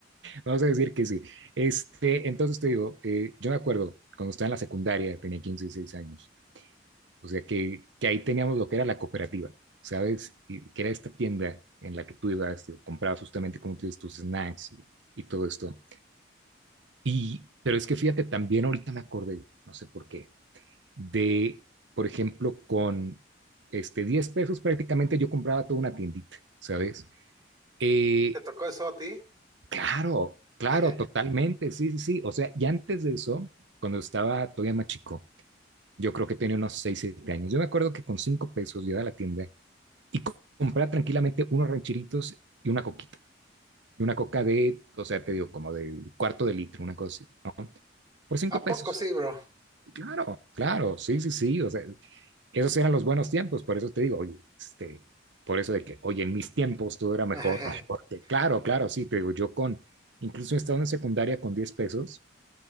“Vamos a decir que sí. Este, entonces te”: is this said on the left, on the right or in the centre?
Right